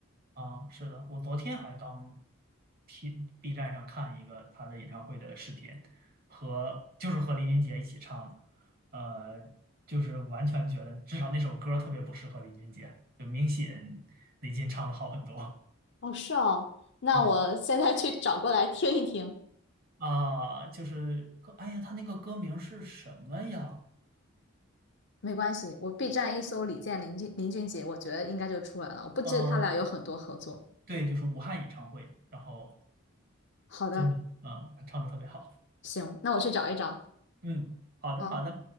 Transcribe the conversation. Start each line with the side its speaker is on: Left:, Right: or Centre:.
Right: 啊，是的，我昨天还刚听 B 站上看一个他的演唱会的视频，和就是和林俊杰一起唱的，呃，就是完全觉得至少那首歌特别不适合林俊杰，就明显李俊唱的好很多
Left: 哦，是哦，那我现在去找过来听一听。
Right: 啊啊，就是歌，哎呀，他那个歌名是什么呀？
Left: 没关系，我 B 站一搜李健、林俊、林俊杰，我觉得应该就出来了。我不知他俩有很多合作。
Right: 啊，对，就是武汉演唱会，然后
Left: 好的，
Right: 真啊、唱的特别好。
Left: 行，那我去找一找。
Right: 嗯，好的，
Left: 好，
Right: 好的，